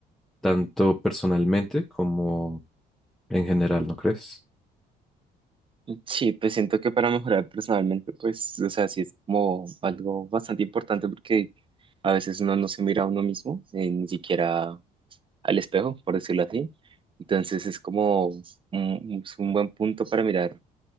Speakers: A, in the centre; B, on the right.
A: tanto personalmente como en general, ¿no crees?
B: Sí, pues siento que para mejorar personalmente, pues, o sea, sí es como algo bastante importante porque a veces uno no se mira a uno mismo, eh, ni siquiera al espejo, por decirlo así. Entonces es como un, un- es un buen punto para mirar